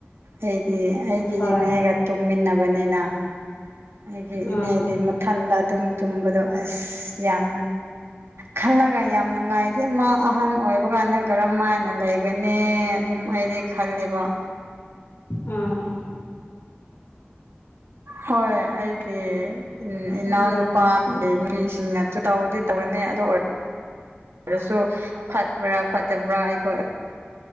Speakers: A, on the right (about 80°); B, on the left (about 85°).
A: ꯑꯩꯗꯤ ꯑꯩꯒꯤ
B: ꯍꯣꯏ
A: ꯏꯅꯦꯒ ꯇꯨꯝꯃꯤꯟꯅꯕꯅꯤꯅ ꯑꯩꯒꯤ
B: ꯎꯝ
A: ꯏꯅꯦꯗꯤ ꯃꯊꯟꯗ ꯑꯗꯨꯝ ꯇꯨꯝꯕꯗꯣ ꯑꯁ ꯌꯥꯝ ꯈꯜꯂꯒ ꯌꯥꯝ ꯅꯨꯡꯉꯥꯏꯇꯦ ꯃꯥ ꯑꯍꯟ ꯑꯣꯏꯕ ꯀꯥꯟꯗ ꯀꯔꯝ ꯃꯥꯏꯅ ꯂꯩꯒꯅꯤ ꯑꯗꯨꯝ ꯑꯩꯗꯤ ꯈꯜꯂꯤꯕ
B: ꯑꯥ
A: ꯍꯣꯏ ꯑꯩꯒꯤ
B: ꯑꯁꯦꯡꯕ
A: ꯏꯅꯥꯎꯅꯨꯄꯥꯒꯤ
B: ꯅꯨꯡꯁꯤ
A: ꯅꯨꯄꯤꯁꯤꯡꯅꯁꯨ ꯇꯧꯗꯤ ꯇꯧꯒꯅꯤ ꯑꯗꯨ ꯑꯣꯏ ꯁꯨ ꯐꯠꯕ꯭ꯔꯥ ꯐꯠꯇꯕ꯭ꯔꯥ ꯑꯩꯈꯣꯏ